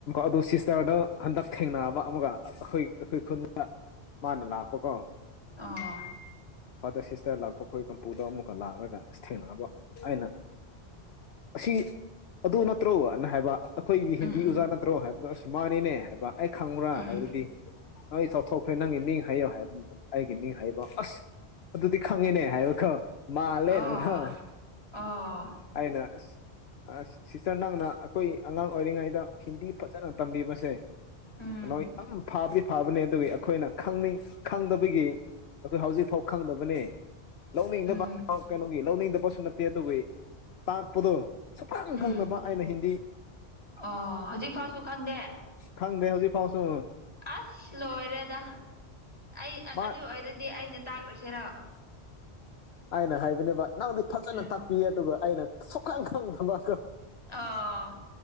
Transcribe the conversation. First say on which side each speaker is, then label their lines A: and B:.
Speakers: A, on the left; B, on the left.
A: ꯑꯗꯨ ꯁꯤꯁꯇꯔꯗ ꯍꯟꯗꯛ ꯊꯦꯡꯅꯕ ꯑꯃꯒ ꯑꯩꯈꯣꯏ ꯑꯩꯈꯣꯏ ꯈꯨꯟꯗ ꯃꯥꯅ ꯂꯥꯛꯄꯀꯣ
B: ꯑꯥ
A: ꯐꯥꯗꯔ ꯁꯤꯁꯇꯔ ꯂꯥꯛꯄ ꯑꯩꯈꯣꯏ ꯀꯝꯄꯨꯗ ꯑꯃꯨꯛꯀ ꯂꯥꯛꯑꯒ ꯑꯁ ꯊꯦꯡꯅꯑꯕ ꯑꯩꯅ ꯑꯁꯤ ꯑꯗꯨ ꯅꯠꯇ꯭ꯔꯣꯅ ꯍꯥꯏꯕ ꯑꯩꯈꯣꯏꯒꯤ ꯍꯤꯟꯗꯤ
B: ꯎꯝ ꯎꯝ
A: ꯑꯣꯖꯥ ꯅꯠꯇ꯭ꯔꯣ ꯍꯥꯏꯕꯗꯣ ꯑꯁ ꯃꯥꯅꯤꯅꯦ ꯍꯥꯏꯕ ꯑꯩ ꯈꯪꯕ꯭ꯔꯥ
B: ꯎꯝ
A: ꯍꯥꯏꯕꯗꯤ ꯅꯣꯏ ꯆꯥꯎꯊꯣꯛꯈ꯭ꯔꯦ ꯅꯪꯒꯤ ꯅꯤꯡ ꯍꯥꯏꯌꯣ ꯍꯥꯏꯕ ꯑꯩꯒꯤ ꯃꯤ ꯍꯥꯏꯕ ꯑꯁ ꯑꯗꯨꯗꯤ ꯈꯪꯉꯤꯅꯦ ꯍꯥꯏꯕ ꯈ ꯃꯥꯜꯂꯦꯅ
B: ꯑꯣ
A: ꯈ
B: ꯑꯣ
A: ꯑꯅ ꯑ ꯁꯤꯁꯇꯔ ꯅꯪꯅ ꯑꯩꯈꯣꯏ ꯑꯉꯥꯡ ꯑꯣꯏꯔꯤꯉꯩꯗ ꯍꯤꯟꯗꯤ ꯐꯖꯅ ꯇꯝꯕꯤꯕꯁꯦ
B: ꯎꯝ
A: ꯀꯩꯅꯣ ꯏ ꯌꯥꯝ ꯈ ꯄ ꯐꯕꯅꯤ ꯑꯗꯨꯒꯤ ꯑꯩꯈꯣꯏꯅ ꯈꯪꯅꯤꯡ ꯈꯪꯗꯕꯒꯤ ꯑꯩꯈꯣꯏ ꯍꯧꯖꯤꯛꯐꯥꯎ ꯈꯪꯗꯕꯅꯤ ꯂꯧꯅꯤꯡꯗꯕ
B: ꯎꯝ
A: ꯀꯩꯅꯣꯒꯤ ꯂꯧꯅꯤꯡꯗꯕꯁꯨ ꯅ ꯦ ꯑꯗꯨꯒꯤ ꯇꯥꯛꯄꯗꯣ ꯁꯨꯞꯈꯪ
B: ꯎꯝ
A: ꯈꯪꯅꯕ ꯑꯩꯅ ꯍꯤꯟꯗꯤ
B: ꯑꯣ ꯍꯧꯖꯤꯛ ꯐꯥꯎꯁꯨ ꯈꯪꯗꯦ
A: ꯈꯪꯗꯦ ꯍꯧꯖꯤꯛ ꯐꯥꯎꯁꯨ
B: ꯑꯁ ꯂꯣꯏꯔꯦꯗ ꯑꯩ
A: ꯃꯥ
B: ꯑꯗꯨ ꯑꯣꯏꯔꯗꯤ ꯑꯩꯅ ꯇꯥꯛꯂ꯭ꯔꯨꯁꯤꯔ
A: ꯑꯅ ꯍꯥꯏꯕꯅꯦꯕ ꯅꯪꯗꯤ ꯐꯖꯅ
B: ꯎꯝ
A: ꯇꯥꯛꯄꯤꯌꯦ ꯑꯗꯨꯒ ꯑꯩꯅ ꯁꯣꯛꯀꯥꯡ ꯈꯪ ꯊꯕꯥꯪ
B: ꯑꯣ